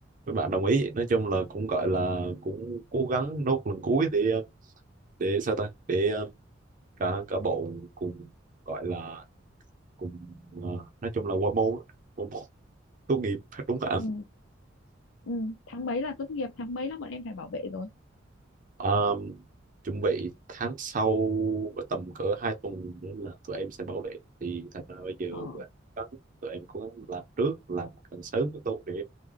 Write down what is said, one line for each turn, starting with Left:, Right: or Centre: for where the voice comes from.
Right: mấy bạn đồng ý nói chung là cũng gọi là cũng cố gắng nốt lần cuối để ờ, để sao ta để ờ, cả cả bộ cùng gọi là cùng ờ, nói chung là qua môn á, qua môn tốt nghiệp <laughs> đúng không ạ?
Left: ừ, ừ. tháng mấy là tốt nghiệp tháng mấy là bọn em phải bảo vệ rồi
Right: Ờm, chuẩn bị tháng sau tầm cỡ hai tuần nữa là tụi em sẽ bảo vệ thì thành ra bây giờ
Left: ờ
Right: là có- tụi em cũng làm trước làm càng sớm càng tốt để